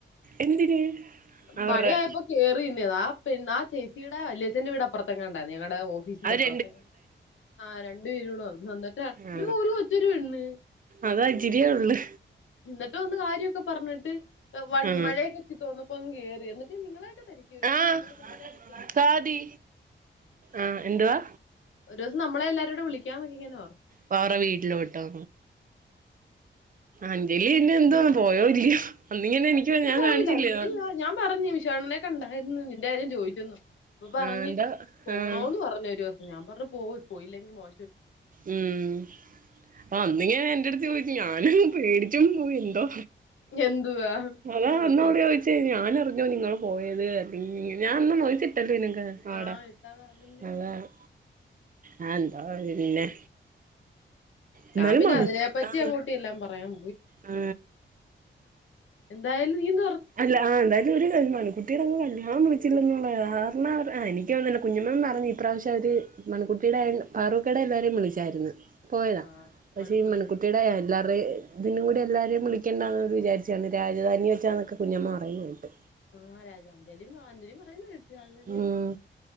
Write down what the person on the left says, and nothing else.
മഴയപ്പോകേറിന്ന ആ ആ ചേച്ചിയുടെ വലിയ എന്റ വടപ്പറത്തങ്ങ ഉണ്ടായി ഞ ഓഫീസിന്റെ
ഇപുറത്ത് ആ രണ്ടു <unintelligible>
ഒരു ഒരു കൊച്ചൊരു പെണ്ണ്
ന്നിട്ട് വന്ന് കാര്യൊക്കെ പറഞ്ഞിട്ട് വൺ
മഴയൊക്കൊ ത്തിരി തോർന്നപ്പോ കേറി എന്നിട്ട് നിങ്ങളൊക്കെ ധരിക്ക്ണ
നമ്മളെയൊക്ക <unintelligible> വിളിക്കാന്ന്
<unintelligible>
ഒരോസം നമ്മളെ എല്ലാരൂടെ വിളിക്കാ ന്നൊക്കെങ്ങനെ ഓറ്ത്ത്
അഞ്ജലി
പോയില്ല
അഞ്ജലി
ഞ ഞാൻ പറഞ്ഞ് ചേട്ടനെ കണ്ടായിരുന്നു നിന്റെ കാര്യം ചോ ചെന്നു ഇപ്പൊ പറഞ്ഞ്
പോണോന്ന്
പറഞ്ഞു ഒരൊ ഞാൻ പറഞ്ഞു പോ പോയില്ലെങ്കിൽ മോ
എന്തുവാ നമ്മള്
വിളിക്കാത്ത
ആഹ്
ഇട്ടാതാ പിന്നെ
ഞാൻ പിന്നെ
അതിനെപ്പറ്റി
അങ്ങോട്ടി എല്ലാം പറയാം
എന്തായാലും യും
ആഹ്
മണിക്കൂട്ടി
ആ രാജധാനിയില് വല്ല്യമ്മയും അഞ്ജലിയും പറയുന്ന കേട്ട് രാജധാനിയില്
വെച്ചാ